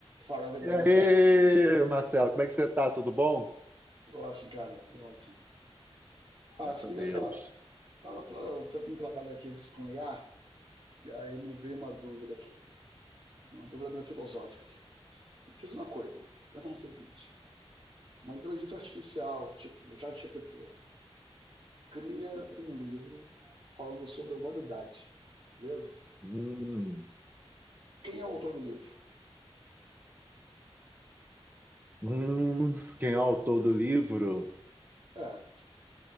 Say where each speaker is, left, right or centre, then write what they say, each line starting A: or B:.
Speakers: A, on the right; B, on the right.
A: Fala, velho,
B: E
A: como está?
B: aí, Marcelo, como é que você tá? Tudo bom?
A: Tudo ótimo, cara, tudo ótimo. Ah,
B: Graças
A: se liga
B: a Deus.
A: só, tava tra- fazendo um trabalho aqui com IA, e aí me veio uma dúvida aqui, uma dúvida meio filosófica aqui. Diz uma coisa, pensa no seguinte, uma inteligência artificial, tipo o ChatGPT, cria um livro falando sobre a humanidade, beleza?
B: Hum,
A: Quem é o autor do livro?
B: hum, quem é o autor do livro?
A: É,